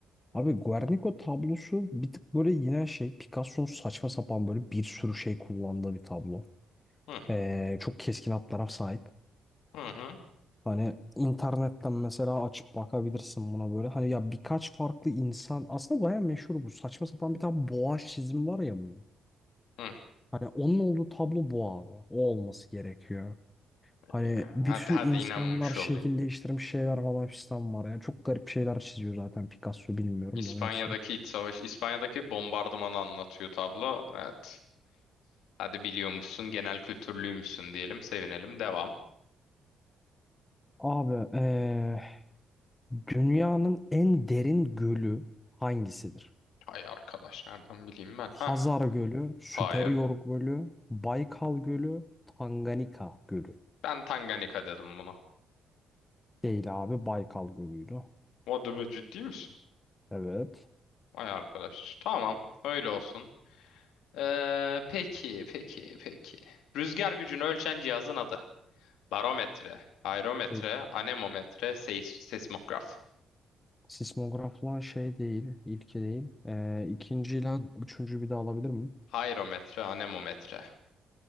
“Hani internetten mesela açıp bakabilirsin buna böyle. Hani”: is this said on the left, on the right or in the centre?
Left